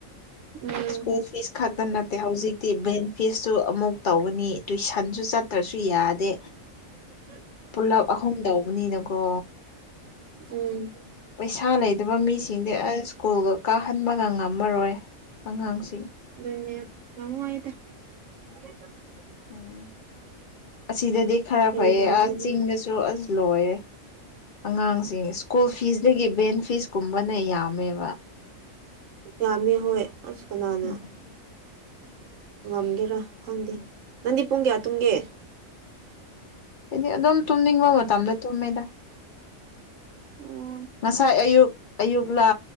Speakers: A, on the right; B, on the left.
A: ꯎꯝ
B: ꯁꯀꯨꯜ ꯐꯤꯁ ꯈꯛꯇ ꯅꯠꯇꯦ ꯍꯧꯖꯤꯛꯇꯤ ꯕꯦꯟ ꯐꯤꯁꯁꯨ ꯑꯃꯨꯛ ꯇꯧꯒꯅꯤ ꯇꯨꯏꯁꯟꯁꯨ ꯆꯠꯇ꯭ꯔꯁꯨ ꯌꯥꯗꯦ
A: <inaudible> <unintelligible>
B: ꯄꯨꯂꯞ ꯑꯍꯨꯝ ꯇꯧꯕꯅꯤꯅꯀꯣ
A: ꯎꯝ
B: ꯄꯩꯁꯥ ꯂꯩꯗꯕ ꯃꯤꯁꯤꯡꯗꯤ ꯑꯁ ꯁ꯭ꯀꯨꯜꯒ ꯀꯥꯍꯟꯕꯒ ꯉꯝꯃꯔꯣꯏ ꯑꯉꯥꯡꯁꯤꯡ
A: ꯑꯗꯨ ꯅ ꯌꯥꯝ ꯋꯥꯏꯗ <unintelligible>
B: ꯎꯝ ꯑꯁꯤꯗꯗꯤ ꯈꯔ
A: ꯀꯩ
B: ꯐꯩꯌꯦ
A: ꯇꯧꯗꯣꯏꯅꯣ
B: ꯑ ꯆꯤꯡꯗꯁꯨ ꯑꯁ ꯂꯣꯏꯔꯦ ꯑꯉꯥꯡꯁꯤꯡ ꯁ꯭ꯀꯨꯜ ꯐꯤꯁꯗꯒꯤ ꯕꯦꯟ ꯐꯤꯁꯀꯨꯝꯕꯅ ꯌꯥꯝꯃꯦꯕ
A: ꯌꯥꯝꯃꯦ ꯍꯣꯏ ꯑꯁ ꯀꯅꯥꯅ
B: ꯎꯝ
A: ꯉꯝꯒꯦꯔꯥ ꯈꯪꯗꯦ
B: ꯑꯗꯨꯅꯦ
A: ꯅꯪꯗꯤ ꯄꯨꯡ ꯀꯌꯥ ꯇꯨꯡꯒꯦ
B: ꯍꯥꯏꯗꯤ ꯑꯗꯨꯝ ꯇꯨꯝꯅꯤꯡꯕ ꯃꯇꯝꯗ ꯇꯨꯝꯃꯦꯗ
A: ꯑꫭ
B: ꯉꯁꯥꯏ ꯑꯌꯨꯛ ꯑꯌꯨꯛꯂꯥ